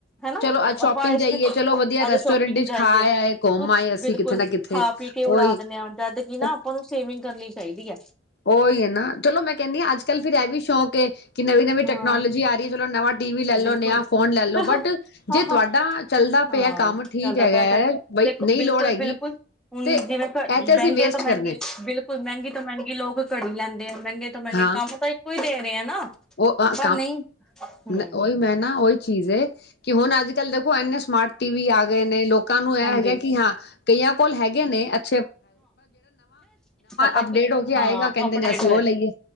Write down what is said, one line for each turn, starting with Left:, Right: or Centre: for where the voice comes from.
Centre: ਹਨਾ
Left: ਚਲੋ ਅੱਜ ਸ਼ੋਪਿੰਗ
Centre: ਆਪਾਂ ਇਸ
Left: ਜਾਈਏ
Centre: ਤੇ
Left: ਚਲੋ ਵਧੀਆ ਰੈਸਟੋਰੈਂਟ
Centre: ਅਜ ਸ਼ੋਪਿੰਗ
Left: ਵਿੱਚ
Centre: ਜਾਈਏ
Left: ਖਾ ਆਏ ਘੁੰਮ
Centre: ਕੁਛ
Left: ਆਏ ਅਸੀਂ
Centre: ਬਿਲਕੁਲ
Left: ਕਿੱਥੇ ਨਾ ਕਿੱਥੇ
Centre: ਖਾ ਪੀ ਕੇ
Left: ਉਹੀ
Centre: ਉਡਾ ਦਿੰਦੇ ਹਾਂ ਜਦ ਕਿ ਨਾ
Left: ਉਹ
Centre: ਆਪਾਂ ਨੂੰ ਸੇਵਿੰਗ ਕਰਨ ਲਈ ਚਾਹੀਦੀ ਹੈ
Left: ਉਹੀ ਹੈ ਨਾ ਚਲੋ ਮੈਂ ਕਹਿੰਦੀ ਹਾਂ ਅੱਜ ਕੱਲ ਫਿਰ ਇਹ ਵੀ ਸ਼ੌਕ ਨਵੀਂ ਨਵੀਂ ਟੈਕਨੋਲੋਜੀ
Centre: ਹਾਂ
Left: ਆ ਰਹੀ ਚਲੋ ਨਵਾਂ ਟੀਵੀ ਲੈ ਲਓ
Centre: ਬਿਲਕੁਲ
Left: ਨਿਆ ਫੋਨ ਲੈ ਲਓ
Centre: ਹਾਂ
Left: ਬਟ ਜੇ
Centre: ਹਾਂ
Left: ਤੁਹਾਡਾ ਚੱਲਦਾ
Centre: ਹਾਂ
Left: ਪਿਆ ਕੰਮ
Centre: ਚੱਲਦਾ
Left: ਠੀਕ ਹੈਗਾ
Centre: ਪਿਆ ਤੇ
Left: ਬਈ
Centre: ਦੇਖੋ
Left: ਨਹੀਂ
Centre: ਬਿਲਕੁਲ
Left: ਲੋੜ ਹੈਗੀ
Centre: ਬਿਲਕੁਲ ਹੁਣ
Left: ਤੇ
Centre: ਜਿਵੇਂ ਮਹਿੰਗੇ
Left: ਇਥੇ ਅਸੀਂ ਵੇਸਟ
Centre: ਤੋਂ ਮਹਿੰਗੀ
Left: ਕਰਨੇ
Centre: ਬਿਲਕੁਲ ਮਹਿੰਗੀ ਤੋਂ ਮਹਿੰਗੀ ਲੋਕ ਲੈਂਦੇ ਆ ਮਹਿੰਗੇ ਤੋਂ ਮਹਿੰਗੇ
Left: ਹਾਂ
Centre: ਕੰਮ ਕੋਈ ਦੇ ਰਹੇ ਆ ਨਾ
Left: ਉਹ
Centre: ਪਰ ਨਹੀਂ ਹੂੰ,
Left: ਮੈਂ ਨਾ ਉਹੀ ਚੀਜ਼ ਹ ਕਿ ਹੁਣ ਅੱਜ ਕੱਲ <unintelligible> ਟੀਵੀ ਆ ਗਏ ਨੇ ਲੋਕਾਂ ਨੂੰ ਇਹ
Centre: ਹਾਂਜੀ
Left: ਹੈਗੇ ਕਿ ਹਾਂ ਕਈਆਂ ਕੋਲ ਹੈ <unintelligible>
Centre: ਪਤਾ
Left: ਅਪਡੇਟ
Centre: ਕੀ
Left: ਹੋ ਕੇ ਆਏਗਾ
Centre: ਹਾਂ
Left: ਕਹਿੰਦੇ
Centre: ਅਪਡੇਟ
Left: ਨੇ ਅਸੀਂ ਉਹ ਲਈਏ